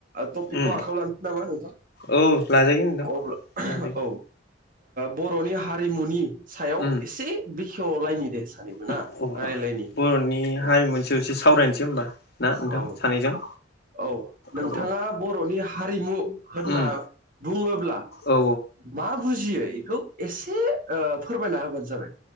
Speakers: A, on the left; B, on the right.
A: औ
B: टपिकखौ
A: उम
B: आखाइयाव लानोसै नामा नोंथां।
A: औ लाजायो नोंथां
B: अब्ला
A: लाजायो
B: औ। ओ बर'नि हारिमुनि सायाव
A: उम
B: एसे बेखेवलायनि दे सानैबो
A: बर'नि
B: ना रायलायलायनि औ
A: हारिमुनिसो सासायावसो एसे सावरायनोसै होमबा ना नोंथां
B: औ
A: सानैजों
B: औ नोंथाङा
A: औ
B: बर'नि हारिमु होनना
A: उम
B: बुङोब्ला
A: औ
B: मा बुजियो इखौ एसे ओ फोरमायना होबानो जाबाय